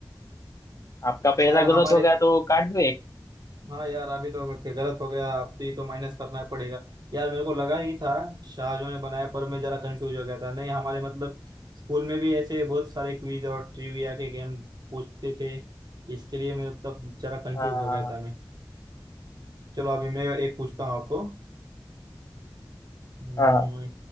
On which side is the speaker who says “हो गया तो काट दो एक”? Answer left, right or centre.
Left